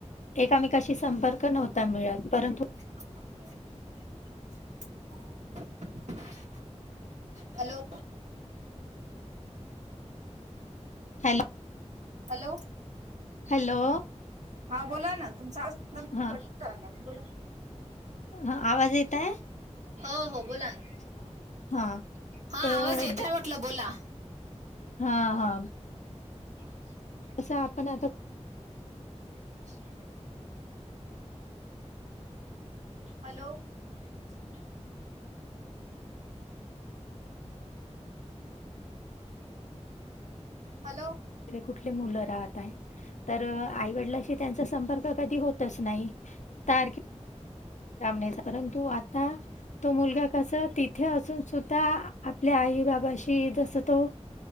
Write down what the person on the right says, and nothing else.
<inaudible> <inaudible> Hello.
hello
हा बोला ना तुमचा आवज
करला बोला.
हो हो बोला ना.
हा
आवाज येतोय
म्हंटल बोला.
<inaudible>
<unintelligible> हॅलो. <inaudible> हॅलो?